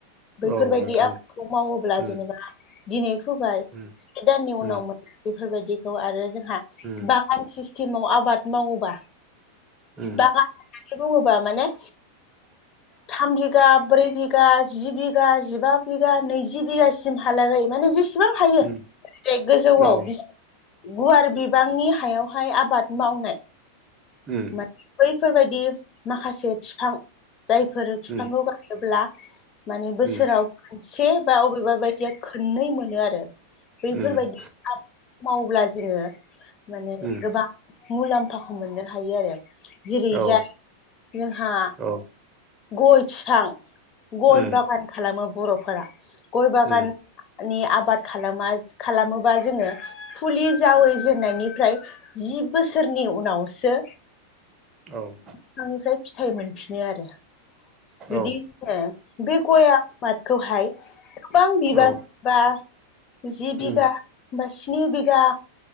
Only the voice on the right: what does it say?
औ नोंथां
उम
उम
उम
उम
उम
<unintelligible>
उम
औ
उम
उम
उम
उम
उम
औ
औ
उम
उम
औ
औ
औ
उम